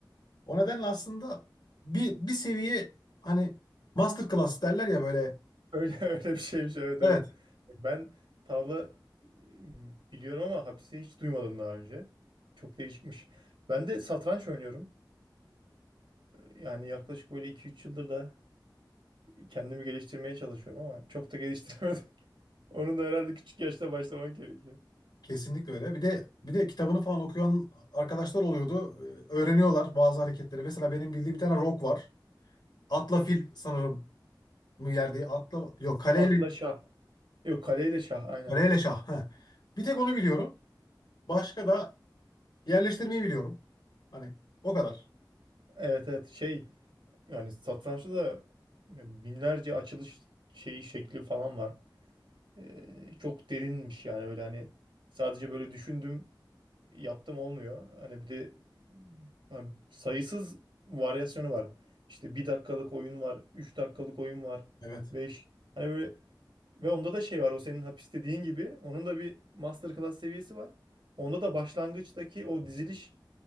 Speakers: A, on the left (about 60°); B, on the right (about 85°).
A: O nedenle aslında bir, bir seviye hani masterclass derler ya böyle.
B: Öyle <laughs> öyle bir şeymiş evet
A: Evet,
B: evet. Ben tavla e, biliyorum ama hapisi hiç duymadım daha önce. Çok değişikmiş. Ben de satranç oynuyorum. Yani yaklaşık böyle iki üç yıldır da kendimi geliştirmeye çalışıyorum ama çok da geliştiremedim. Onun da herhalde küçük yaşta başlamak gerekiyor.
A: kesinlikle öyle. Bir de bir de kitabını falan okuyan arkadaşlar oluyordu. Ee, Öğreniyorlar bazı hareketleri. Mesela benim bildiğim bir tane rock var. Atla fil sanırım mı yerde? Atla yok kaleyle
B: Atla şah. Yok kaleyle şah aynen.
A: kaleyle şah. Heh. Bir tek onu biliyorum. Başka da yerleştirmeyi biliyorum. Hani o kadar.
B: Evet evet şey yani satrançta da binlerce açılış şeyi şekli falan var. Ee, çok derinmiş yani öyle hani sadece böyle düşündüm yaptım olmuyor. Hani bir de hani sayısız varyasyonu var. İşte bir dakikalık oyun var, 3 dakikalık oyun var,
A: Evet.
B: 5. Hani böyle ve onda da şey var o senin hapis dediğin gibi onun da bir masterclass seviyesi var. Onda da başlangıçtaki o diziliş